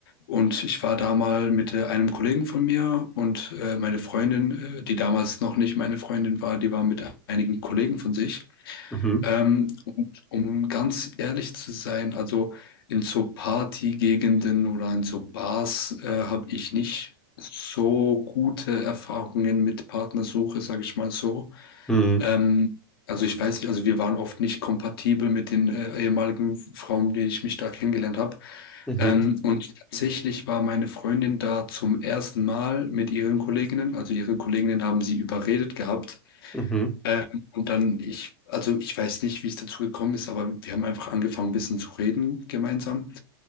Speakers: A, on the left; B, in the centre.
A: Und ich war da mal mit äh, einem Kollegen von mir und äh, meine Freundin, äh, die damals noch nicht meine Freundin war, die war mit einigen Kollegen von sich.
B: mhm,
A: Ähm, und um ganz ehrlich zu sein, also in so Partygegenden oder in so Bars äh, habe ich nicht so gute Erfahrungen mit Partnersuche, sage ich mal so.
B: mhm,
A: Ähm, also ich weiß nicht, also wir waren oft nicht kompatibel mit den äh, ehemaligen Frauen, die ich mich da kennengelernt habe.
B: mhm,
A: Ähm, und tatsächlich war meine Freundin da zum ersten Mal mit ihren Kolleginnen. Also ihre Kolleginnen haben sie überredet gehabt
B: mhm,
A: ähm, und dann, ich, also ich weiß nicht, wie es dazu gekommen ist, aber wir haben einfach angefangen, ein bisschen zu reden gemeinsam.